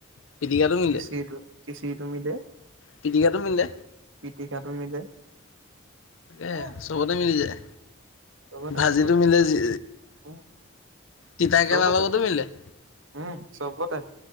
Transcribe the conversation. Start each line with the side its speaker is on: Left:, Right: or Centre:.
Left: পিটিকাটো মিলে
Right: খিছিৰটো খিচিৰি টো মিলে
Left: পিটিকাটো মিলে
Right: পিটিকাটো মিলে
Left: এই
Right: এ
Left: চবতে মিলি যায়
Right: চবতে
Left: ভাজিটো
Right: চবতে
Left: মিলে যি
Right: উম
Left: তিতাকেৰেলা
Right: চবতে
Left: লগতো মিলে
Right: উম চবতে